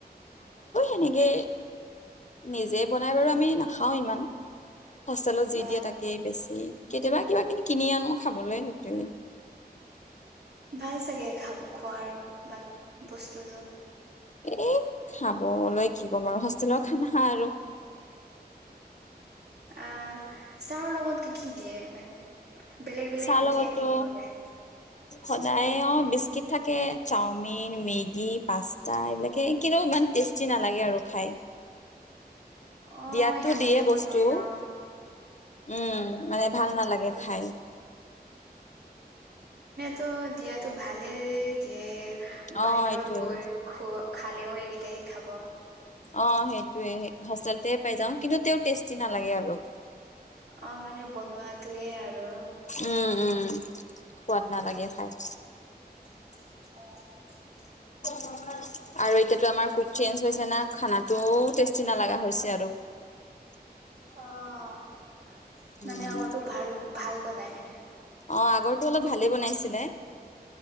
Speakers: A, on the left; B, on the right.
A: এনেকে নিজে বনাই বাৰু আমি না - খাওঁ ইমান, হোষ্টেলত যি
B: অ
A: দিয়ে তাকে বেছি কেতিয়াবা কিবা কি- কিনি আনো খাবলৈ সেইটো।
B: ভাল চাগে খাব খোৱাৰ বা বস্তুতো ।
A: এ খাবলৈ কি ক'ম আৰু হোষ্টেলৰ খানা আৰু ।
B: আহ চাহৰ লগত কি কি দিয়ে মানে? বেলেগ বেলেগ
A: চাহ লগতো
B: দিয়ে নেকি সদায়
A: সদায় অ বিস্কিট থাকে, চাওমিন, মেগী, পাস্তা, এইবিলাকে কিন্ত ইমান টেষ্টি নালাগে আৰু খাই।
B: অ
A: দিয়াতো
B: ইয়াতে
A: দিয়ে
B: বনাই
A: বস্তু ।
B: ন
A: উম মানে ভাল নালাগে খাই ।
B: তো দিয়াত তো ভালে দিয়ে বাহিৰত
A: অ সেইটোয়ে
B: গৈ খ খালেও এইকেইতাই খাব ।
A: অ সেইটোৱে হোষ্টেলতে পাই যাওঁ । কিন্তু তে টেষ্টি নালাগে আৰু।
B: অ মানে বনোৱাটোৱে আৰু।
A: উম উম সোৱাদ নালাগে খাই ।
B: অ।
A: উম। আৰু এতিয়াতো আমাৰ কুক চেঞ্জ হৈছে না, খানাটো টেষ্টি নালাগা হৈছে আৰু ।
B: অ মানে
A: উম
B: আগৰটো ভাল ভাল বনাই মানে?
A: অ আগৰটো অলপ ভালে বনাইছিলে ।